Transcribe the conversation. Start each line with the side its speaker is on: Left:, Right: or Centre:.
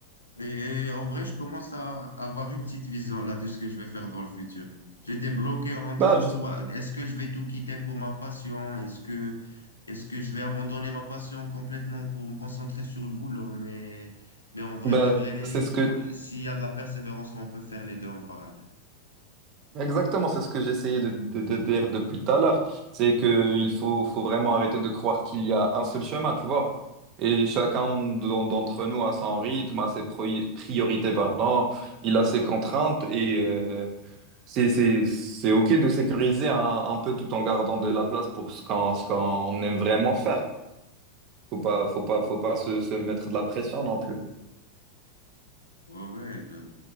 Left: Et, en vrai, je commence à avoir une petite vision là de ce que je vais faire dans le futur. J'étais bloqué entre
Right: Bah,
Left: soit
Right: je-
Left: est-ce que je vais tout quitter pour ma passion, est-ce que est-ce que je vais abandonner ma passion complètement pour me concentrer sur le boulot, mais mais en vrai
Right: bah,
Left: de vrai,
Right: c'est ce que
Left: s'il y a de la persévérance, on peut faire les deux en parallèle.
Right: Exactement, c'est ce que j'essayais de, de- de dire depuis tout à l'heure. C'est que il faut, faut vraiment arrêter de croire qu'il y a un seul chemin, tu vois. Et chacun d'en- d'entre nous a son rythme, a ses proi- priorités, pardon, il a ses contraintes et euh, c'est, c'est, c'est OK de sécuriser un, un peu tout en gardant de la place pour ce qu'on, ce qu'on aime vraiment faire. Faut pas, faut pas, faut pas se, se mettre de la pression non plus.
Left: Ouais, ouais, ben,